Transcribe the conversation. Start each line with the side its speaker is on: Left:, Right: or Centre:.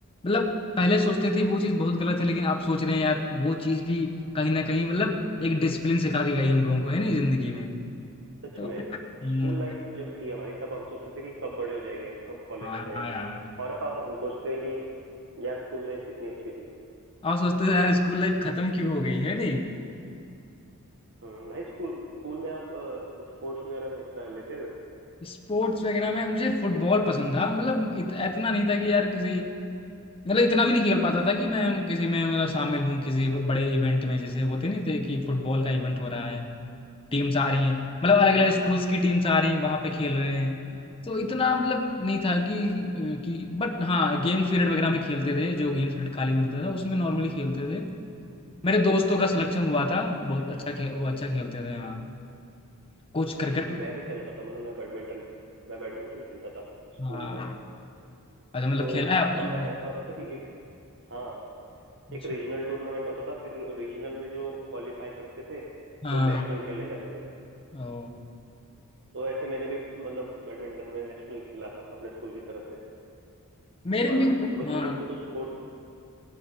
Left: मतलब पहले सोचते थे वो चीज बहुत गलत है लेकिन आप सोच रहे हैं यार वो चीज भी कहीं ना कहीं
Right: हम्म,
Left: मतलब एक डिसिप्लिन सिखा के गई हम लोगों को है नहीं जिंदगी में
Right: सच
Left: तो
Right: में
Left: हम्म,
Right: स्कूल लाइफ जब थी हमारी तब हम सोचते थे कि कब बड़े हो जाएंगे हम कब कॉलेज
Left: हाँ
Right: में जाएंगे
Left: यार
Right: और अब हम सोचते हैं कि यार स्कूल लाइफ कितनी अच्छी थी
Left: आप सोचते थे यार स्कूल लाइफ खत्म क्यों हो गई है नहीं
Right: हम्म, भाई स्कूल स्कूल में आप स्पोर्ट्स वगैरह में हिस्सा लेते थे
Left: स्पोर्ट्स वगैरह में मुझे फुटबॉल पसंद था मतलब इत, इतना नहीं था कि यार किसी मतलब इतना भी नहीं खेल पाता था कि मैं किसी में मतलब शामिल हूँ किसी बड़े इवेंट में जैसे होते नहीं थे कि फुटबॉल का इवेंट हो रहा है टीम्स आ रही हैं मतलब अलग अलग
Right: हम्म
Left: स्कूल्स हाँ की टीम्स आ रही हैं वहाँ पे खेल रहे हैं तो इतना मतलब नहीं था कि कि बट हाँ गेम्स पीरियड वगैरह में खेलते थे जो गेम्स पीरियड खाली मिलता था उसमें नॉर्मली खेलते थे मेरे दोस्तों का सिलेक्शन हुआ था बहुत
Right: अच्छा
Left: अच्छा खे, वो अच्छा खेलते थे हाँ कुछ
Right: नहीं
Left: क्रिकेट
Right: मैं भी खेलता था मतलब मैं बैडमिंटन मैं बैडमिंटन खेलता था स्कूल
Left: हाँ
Right: में
Left: अच्छा मतलब
Right: तो
Left: खेला है आपने
Right: हमारा ऐसा होता था कि एक हाँ
Left: अच्छा
Right: एक रीजनल टूर्नामेंट होता था फिर रीजनल में जो क्वालिफाई करते थे
Left: हाँ
Right: वो नेशनल खेलने जाते थे
Left: ओ
Right: तो ऐसे मैंने भी मतलब बैडमिंटन में नेशनल खेला था अपने स्कूल की तरफ से
Left: मेरे
Right: और
Left: भी
Right: मतलब
Left: हाँ
Right: मेरे को तो स्पोर्ट्स